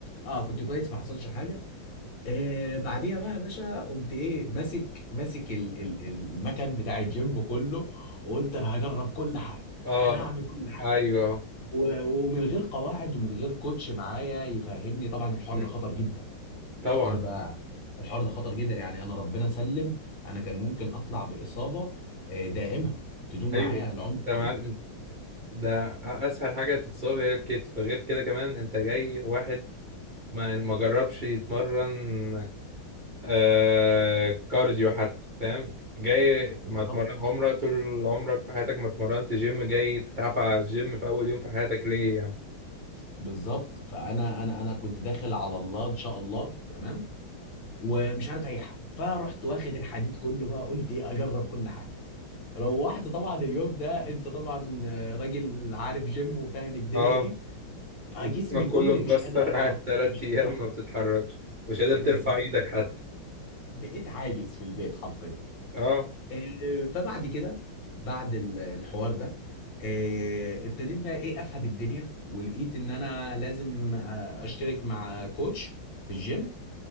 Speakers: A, on the left; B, on the right.
A: اه كنت كويس ما حصلش حاجه آه بعديها بقى يا باشا قمت ايه ماسك ماسك ال- ال- المكان بتاع الجيم كله وقلت انا هجرب كل حاجه
B: اه
A: انا هعمل كل حاجه
B: ايوه
A: و- ومن غير قواعد ومن غير كوتش معايا يفهمني طبعا الحوار
B: م،
A: ده خطر جدا
B: طبعا
A: الحوار ده الحوار ده خطر جدا يعني انا ربنا سلم انا كان ممكن اطلع باصابه آه، دائمه تدوم
B: ايوه
A: معايا العمر
B: تمام
A: كله
B: ده اسهل حاجه تتصاب هي الكتف غير كده كمان انت جاي واحد ما ما جربش يتمرن آه كارديو حتى فاهم جاي
A: بالظبط
B: ما اتمرن عمرك طول عمرك في حياتك ما اتمرنت جيم جاي تتعافى على الجيم في اول يوم في حياتك ليه يعني
A: بالظبط فانا انا انا كنت داخل على الله ان شاء الله تمام ومش عارف اي حاجه فرحت واخد الحديد كله بقى قلت ايه اجرب كل حاجه روحت طبعا اليوم ده انت طبعا آه، راجل عارف جيم وفاهم الدنيا
B: اه
A: دي
B: جسمك
A: آه، جسمي كله
B: كله مكسر
A: مش قادر احرك
B: <laughs> قاعد تلات
A: مش
B: ايام
A: قادر احرك
B: ما بتتحركش مش قادر ترفع
A: بالظبط
B: ايدك
A: يعني
B: حتى
A: بقيت عاجز في البيت حرفيا
B: اه
A: آه، فبعد كده بعد ال- الحوار ده آه، ابتديت بقى ايه افهم الدنيا ولقيت ان انا لازم آه، اشترك مع كوتش في الجيم